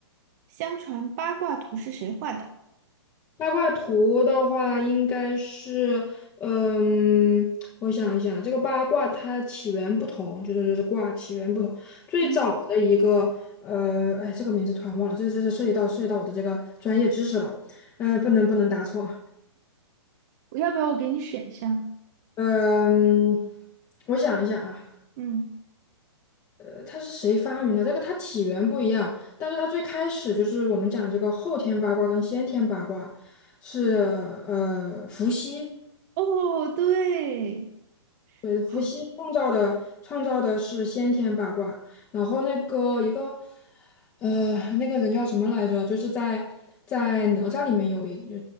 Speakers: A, on the right; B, on the left.
A: 相传八卦图是谁画的？
B: 八卦图的话，应该是，嗯，我想一想，这个八卦它起源不同，就是就是卦起源不同。最早的一个，
A: 嗯，
B: 呃，哎，这个名字突然忘了，这这这涉及到涉及到我的这个专业知识了，呃，不能不能答错。
A: 我要不要我给你选项？
B: 嗯，我想一想啊，
A: 嗯，
B: 呃，它是谁发明的？这个它起源不一样，但是它最开始就是我们讲这个后天八卦跟先天八卦是呃伏羲。
A: 哦，对，
B: 对，伏羲创造的创造的是先天八卦，
A: 好，
B: 然后那个一个，呃，那个人叫什么来着？就是在在哪吒里面有一就